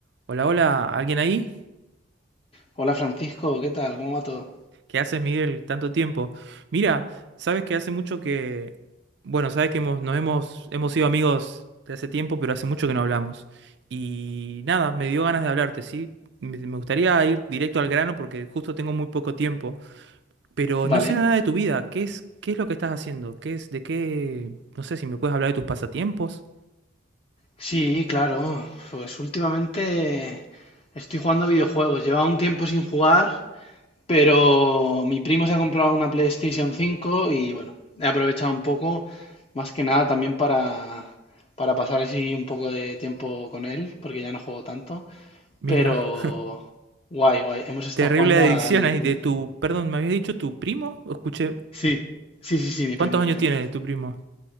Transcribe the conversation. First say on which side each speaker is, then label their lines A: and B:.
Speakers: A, on the right; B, on the left.
A: Hola, hola, ¿alguien ahí?
B: Hola Francisco, ¿qué tal? ¿Cómo va todo?
A: ¿Qué haces, Miguel? Tanto tiempo. Mira, sabes que hace mucho que, bueno, sabes que hemos, nos hemos, hemos sido amigos de hace tiempo, pero hace mucho que no hablamos. Y nada, me dio ganas de hablarte, ¿sí? Me, me gustaría ir directo al grano porque justo tengo muy poco tiempo, pero
B: Vale.
A: no sé nada de tu vida. ¿Qué es, qué es lo que estás haciendo? ¿Qué es, de qué, no sé si me puedes hablar de tus pasatiempos?
B: Sí, claro. Pues últimamente estoy jugando a videojuegos. Llevaba un tiempo sin jugar, pero mi primo se ha comprado una PlayStation 5 y bueno, he aprovechado un poco, más que nada también para, para pasar así un poco de tiempo con él, porque ya no juego tanto.
A: Mira,
B: Pero guay, guay.
A: <laughs>
B: Hemos estado
A: terrible
B: jugando
A: adicción
B: al...
A: ahí de tu, perdón, ¿me habías dicho tu primo? ¿O Escuché,
B: Sí, sí, sí, sí, mi
A: ¿cuántos
B: primo,
A: años
B: mi primo.
A: tiene tu primo?